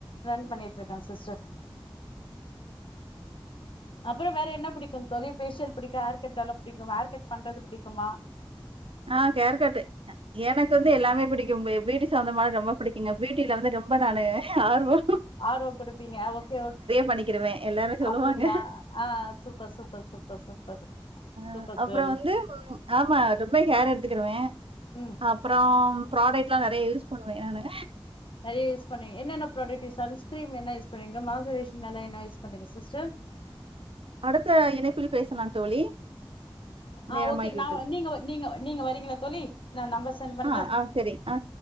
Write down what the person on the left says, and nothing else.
ரன் பன்னிட்ருக்கே சிஸ்டர் அப்ரொ வேர என்ன புடிக்கு தொழி ஃபேஷியல் புடிக்கு ஹேர்கட் டெவலப் புடிக்கு ஹேர்கட் பன்றது புடிக்கு குமா
ஆர்வம் குடுப்பீங்க ஆ ஓகே ஓக்
அப்படிங்களா ஆ சூப்பர் சூப்பர் சூப்பர் சூப்பர்
சூப்பர்
தோழி
ம்
நிறையா யூஸ் பண்வீங்க என்னன்ன ப்ராடக்ட் யூஸாகு சன்ஸ்கிரீம் என்ன யூஸ் பண்வீங்க மாசரேஷன் என்ன யூஸ் பண்ணீங்க சிஸ்டர்
ஆ
ஓகே நா
நீங்க நீங்க நீங்க வரீங்களா தோழி நா நம்பர் சென்ட் பண்றே